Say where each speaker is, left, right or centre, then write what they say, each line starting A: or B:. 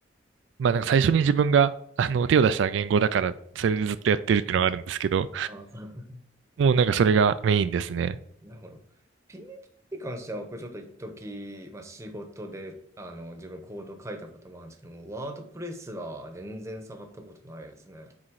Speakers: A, on the right; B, on the right.
A: まあなんか最初に自分があの手を出した言語だから、それでずっとやってるっていうのがあるんですけど、
B: あ、<laughs> そう
A: もうなんかそれがメインですね。
B: なるほど。PHP に関しては、僕ちょっと一時、まあ、仕事で、あの、自分コード書いたこともあるんですけども、ワードプレスは全然触ったことないですね。